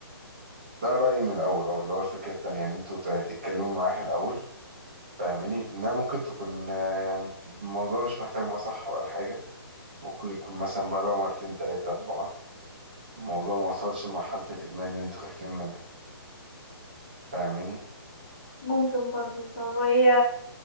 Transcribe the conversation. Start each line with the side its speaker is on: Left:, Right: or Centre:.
Right: ده رأيي من الأول أهو اللي هو الفكرة التانية إن أنتوا ت- تتكلموا معاها الأول فاهماني إنها ممكن تكون آه، يعني الموضوع مش محتاج مصح ولا حاجة ممكن يكون مثلا بره مرتين تلاتة أربعة الموضوع ما وصلش لمرحلة الإدمان اللي أنتوا خايفين منها فاهماني
Left: ممكن برضو طب هي